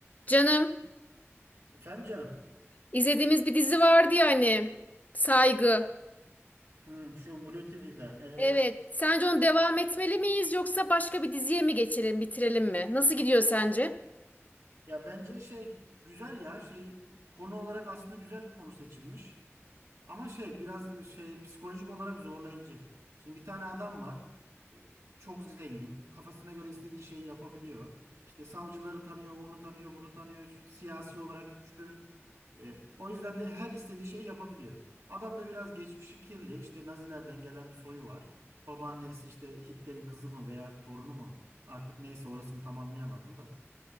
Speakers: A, on the left; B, on the right.
A: Canım,
B: Efendim canım.
A: izlediğimiz bir dizi vardı ya hani, Saygı.
B: Hmm, şu Blue TV'den evet.
A: Evet, sence onu devam etmeli miyiz yoksa başka bir diziye mi geçelim, bitirelim mi? Nasıl gidiyor sence?
B: Ya bence şey güzel ya şey konu olarak aslında güzel bir konu seçilmiş. Ama şey biraz şey psikolojik olarak zorlayıcı. Şimdi bir tane adam var. çok zengin. Kafasına göre istediği şeyi yapabiliyor. İşte savcıları tanıyor, onu tanıyor, bunu tanıyor. Siyasi olarak güçlü. E, o yüzden de her istediği şeyi yapabiliyor. Adam da biraz geçmişi kirli. İşte Nazilerden gelen bir soyu var. Babaannesi işte Hitler'in kızı mı veya torunu mu? Artık neyse orasını tam anlayamadım da.